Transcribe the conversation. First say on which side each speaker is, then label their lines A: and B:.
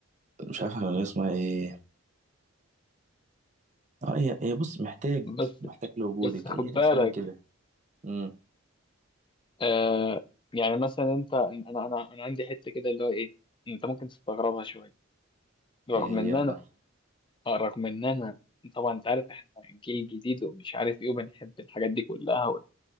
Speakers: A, on the right; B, on the left.
A: مش عارف الاغنية اسمها ايه اه هي هي بص محتاج
B: بس
A: محتاج لوجودك
B: بس خد
A: هي
B: بالك
A: اسمها كده امم
B: آه يعني مثلا انت انا انا انا عندي حته كده اللي هو ايه انت ممكن تستغربها شويه رغم
A: ايه هي
B: ان انا
A: بقى
B: آه، رغم ان انا طبعا انت عارف احنا جيل جديد ومش عارف ايه وبنحب الحاجات دي كلها و...